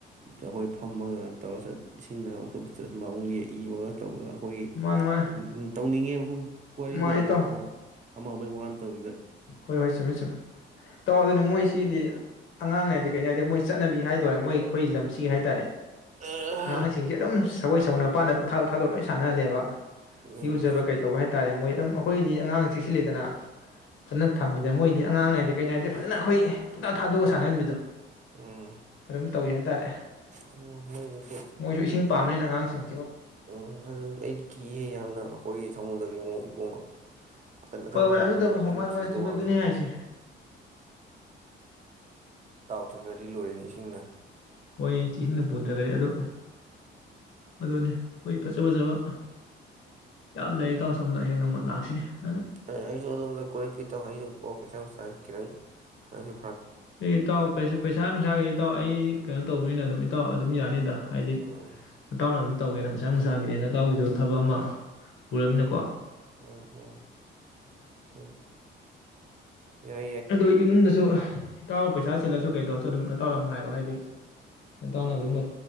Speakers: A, on the right; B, on the left.
A: ꯑꯩꯈꯣꯏ ꯐꯝꯃꯒ ꯇꯧꯔ ꯏꯁꯤꯡꯅꯒ ꯑꯃꯨꯛꯁꯨ ꯑꯃꯠ ꯆꯠꯟꯕ ꯑꯃꯨꯛ ꯌꯦꯛ ꯏꯕꯒ ꯇꯧꯕꯗꯒ ꯑꯩꯈꯣꯏ
B: ꯃꯥꯅꯤ ꯃꯥꯅꯤ
A: ꯎ ꯎ ꯇꯧꯅꯤꯡꯉꯦ ꯃꯐꯝ ꯋꯥꯔꯤ
B: ꯃꯥꯅꯤ
A: ꯐꯥꯎꯣ
B: ꯏꯇꯥꯎ
A: ꯑꯃ ꯑꯃ ꯋꯥ ꯅꯩꯇꯕꯤꯗ
B: ꯍꯣꯏ ꯍꯣꯏ ꯆꯨꯝꯃꯦ ꯆꯨꯝꯃꯦ ꯏꯇꯥꯎ ꯑꯗꯨꯅꯤ ꯃꯣꯏꯁꯤꯗꯤ ꯑꯉꯥꯡꯅꯥꯏꯗꯦ ꯀꯩꯩꯅꯣ ꯍꯥꯏꯗꯤ ꯃꯣꯏ ꯆꯠꯅꯕꯤ ꯍꯥꯏꯗꯣꯏꯔ ꯃꯣꯏ ꯑꯩꯈꯣꯏ ꯂꯝꯁꯤ ꯍꯥꯏ ꯇꯥꯔꯦ
A: ꯎꯝ
B: ꯑꯉꯥꯡꯁꯤꯡꯁꯦ ꯑꯗꯨꯝ ꯑꯈꯣꯏ ꯁꯝꯃꯨꯗꯔ ꯃꯥꯟꯗꯠꯥꯗꯣꯛ ꯊꯥꯣꯛ ꯂꯣꯏ ꯁꯥꯟꯅꯍꯂꯦꯕ
A: ꯎꯝ
B: ꯏꯔꯨꯖꯕ ꯀꯩ ꯇꯧꯕ ꯍꯥꯏꯇꯥꯔꯦ ꯃꯣꯏ ꯑꯗꯨꯝ ꯑꯩꯈꯣꯏꯗꯤ ꯑꯉꯥꯡ ꯆꯦꯛꯁꯤ ꯂꯩꯗꯅ ꯐꯖꯅ ꯊꯝꯃꯤꯗ ꯃꯣꯏꯗꯤ ꯑꯉꯥꯡꯅꯏꯦ ꯀꯩꯅꯣ ꯍꯥꯏꯗꯦ ꯐꯖꯅ ꯑꯩꯈꯣꯏ ꯄꯨꯨꯡꯇꯥ ꯊꯥꯗꯣꯛꯑꯒ ꯁꯥꯟꯅꯔꯝꯃꯤꯗꯣ
A: ꯎꯝ
B: ꯑꯗꯨꯝ ꯇꯧꯏ ꯍꯥꯏꯇꯥꯔꯦ
A: ꯎꯝ ꯃꯣꯏꯗꯨꯁꯨ
B: ꯃꯣꯏꯁꯨ ꯏꯁꯤꯡ ꯄꯥꯝꯕꯅꯤꯅ ꯑꯉꯥꯡꯁꯤꯡ
A: ꯎꯝ ꯑꯗꯨꯗꯤ ꯑꯩꯗꯤ ꯀꯤꯍꯦ ꯌꯥꯝꯅ ꯑꯩꯈꯣꯏꯒꯤ ꯑꯗꯨꯒꯤ ꯑꯃꯨꯛ ꯏꯄꯣꯝ ꯑꯀꯟ ꯑꯀꯟꯕ
B: ꯍꯣꯏ ꯍꯣꯏ
A: ꯂꯥꯛꯄꯗꯣ
B: ꯑꯗꯨꯗꯕꯨ
A: ꯑꯗꯨꯗ
B: ꯍ ꯃꯥꯅ
A: ꯀꯤꯗꯧ
B: ꯃꯥꯅ ꯆꯨꯝꯃꯦ
A: ꯃꯥꯜꯂꯦ
B: ꯑꯗꯨꯅꯤ ꯍꯥꯏꯁꯦ
A: ꯇꯥꯎꯊꯛꯈ꯭ꯔꯗꯤ ꯂꯣꯏꯔꯅꯤ ꯏꯁꯤꯡꯅ
B: ꯑꯩꯈꯣꯏꯅꯤ ꯏꯇꯤꯁꯤꯡꯅ ꯄꯨꯗ꯭ꯔꯒꯗꯤ ꯑꯗꯨ ꯑꯗꯨꯅꯤ ꯑꯩꯈꯣꯏ ꯐꯖ ꯐꯖꯕ ꯌꯥꯝ ꯂꯩ ꯇꯧꯔ ꯁꯣꯝꯗ ꯍꯌꯦꯡ ꯅꯣꯡꯃ ꯂꯥꯛꯁꯤ ꯑꯗꯨꯅ
A: ꯑ ꯑꯩꯁꯨ ꯑꯗꯨꯝꯅ ꯍꯣ ꯏꯇꯥꯎ ꯄꯩꯁꯥ ꯅꯨꯡꯁꯥ ꯈꯤꯗꯪ ꯑꯩꯁꯦ
B: ꯏ ꯏꯇꯥꯎ ꯀꯩꯁꯨ ꯄꯩꯁꯥ ꯅꯨꯡꯁꯥꯒꯤ ꯏꯇꯥꯎ ꯑꯩ ꯀꯩꯅꯣ ꯇꯧꯕꯅꯤꯅ ꯑꯗꯨꯝ ꯏꯇꯥꯎ ꯑꯗꯨꯝ ꯌꯥꯅꯤꯗ ꯍꯥꯏꯗꯤ
A: ꯎꯝ
B: ꯏꯇꯥꯎꯅ ꯑꯗꯨꯝ ꯇꯧꯦꯅ ꯄꯩꯁꯥꯅꯨꯡꯁꯥꯈꯤꯗꯅ ꯏꯆꯥꯎꯒꯤꯁꯨ ꯊꯕꯛ ꯑꯃ ꯄꯨꯔꯝꯃꯤꯅꯀꯣ
A: ꯎꯝ ꯎꯝ ꯎꯝ ꯌꯥ
B: ꯑꯗꯨ ꯏꯃꯨꯡꯗꯁꯨ ꯏꯇꯥꯎ ꯄꯩꯁꯥ ꯆꯤꯜꯂꯁꯨ ꯀꯩꯗꯧꯔꯁꯨ ꯑꯗꯨꯝ ꯅꯇꯥꯎꯗ ꯑꯗꯨꯝ ꯍꯥꯏꯔꯛꯑꯣ ꯍꯥꯏꯗꯤ ꯅꯇꯥꯎꯅ
A: ꯎꯝ
B: ꯑꯗꯨꯃꯛ꯫
A: ꯎꯝ